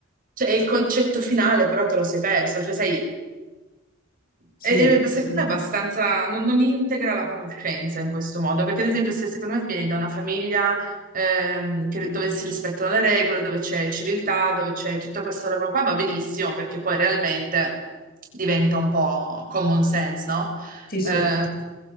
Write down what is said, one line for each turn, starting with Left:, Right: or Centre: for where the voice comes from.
Right: Cioè, il concetto finale però te lo sei perso, cioè sai,
Left: Sì,
Right: e-
Left: assolutamente.
Right: e secondo me è abbastanza, non, non integra la conoscenza in questo modo, perché ad esempio se secondo me vieni da una famiglia ehm, che- dove si rispettano le regole, dove c'è civiltà, dove c'è tutta questa roba qua, va benissimo, perché poi realmente diventa un po' common sense, no?
Left: Sì, sì.
Right: Ehm,